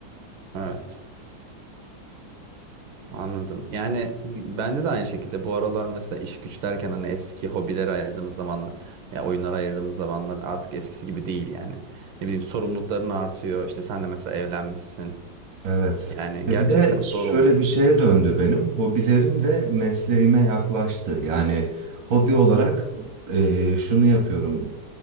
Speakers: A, on the right; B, on the right.
A: evet. Anladım. Yani bende de aynı şekilde bu aralar mesela iş güç derken hani eski hobilere ayırdığımız zamanlar ya oyunlara ayırdığımız zamanlar artık eskisi gibi değil yani. Ne bileyim sorumlulukların artıyor. İşte sen de mesela evlenmişsin.
B: Evet.
A: Yani
B: Ve
A: gerçekten
B: bir de
A: zor
B: şöyle
A: oluyor.
B: bir şeye döndü benim. Hobilerim de mesleğime yaklaştı. Yani hobi olarak eee, şunu yapıyorum.